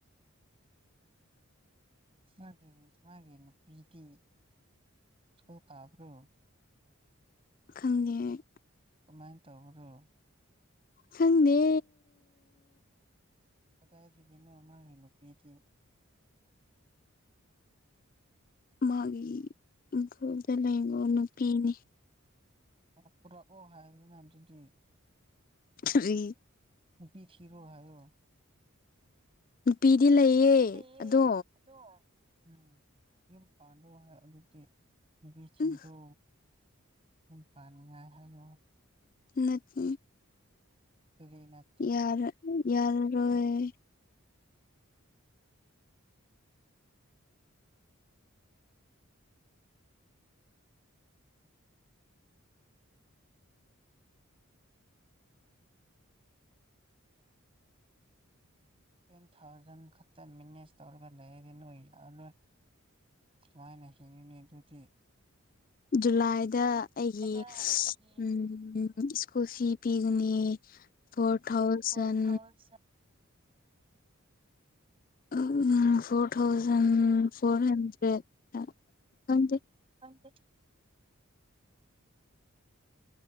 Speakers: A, on the right; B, on the left.
A: ꯃꯥꯒꯤ ꯃꯥꯒꯤ ꯅꯨꯄꯤꯗꯤ ꯁ꯭ꯀꯨꯜ ꯀꯥꯕ꯭ꯔꯣ
B: ꯈꯪꯗꯦ ꯑꯩ
A: ꯀꯃꯥꯏ ꯇꯧꯕ꯭ꯔꯣ
B: ꯈꯪꯗꯦ
A: ꯀꯗꯥꯏꯗꯒꯤꯅꯣ ꯃꯥꯒꯤ ꯅꯨꯄꯤꯗꯤ
B: ꯃꯥꯒꯤ ꯏꯪꯈꯣꯜꯗ ꯂꯩꯕ ꯅꯨꯄꯤꯅꯤ
A: ꯑꯣ ꯄꯨꯔꯛꯑꯣ ꯍꯥꯏꯌꯨꯗꯅ ꯑꯗꯨꯗꯤ
B: ꯐ꯭ꯔꯤ
A: ꯅꯨꯄꯤ ꯊꯤꯔꯣ ꯍꯥꯏꯌꯣ
B: ꯅꯨꯄꯤꯗꯤ ꯂꯩꯌꯦ
A: ꯂꯩꯌꯦ
B: ꯑꯗꯣ
A: ꯑꯗꯣ ꯎꯝ ꯌꯨꯝ ꯄꯥꯟꯔꯣ ꯍꯥꯏꯌꯣ ꯑꯗꯨꯗꯤ ꯅꯨꯕꯤ ꯊꯤꯔꯣ
B: ꯎꯝ
A: ꯌꯨꯝ ꯄꯥꯟꯅꯤꯉꯥꯢ ꯍꯥꯢꯔꯣ
B: ꯅꯠꯇꯦ
A: ꯀꯔꯤ ꯅꯠ
B: ꯌꯥꯔ ꯌꯥꯔꯔꯣꯢ
A: ꯇꯦꯟ ꯊꯥꯎꯖꯟ ꯈꯛꯇ ꯃꯦꯅꯦꯖ ꯇꯧꯔꯒ ꯂꯩꯔꯗꯤ ꯅꯣꯏ ꯌꯥꯔꯔꯣꯏ ꯀꯃꯥꯏꯅ ꯍꯤꯡꯅꯤ ꯑꯗꯨꯗꯤ
B: ꯖꯨꯂꯥꯏꯗ ꯑꯩꯒꯤ
A: ꯑꯗ
B: <unintelligible>
A: ꯑꯩꯒꯤ
B: ꯎꯝ ꯁ꯭ꯀꯨꯜ ꯐꯤ ꯄꯤꯒꯅꯤ ꯐꯣꯔ ꯊꯥꯎꯖꯟ
A: ꯐꯣꯔ ꯊꯥꯎꯖꯟ
B: ꯑ ꯐꯣꯔ ꯊꯥꯎꯖꯟ ꯐꯣꯔ ꯍꯟꯗ꯭ꯔꯦꯠꯇ ꯈꯪꯗꯦ
A: ꯄꯥꯝꯗꯦ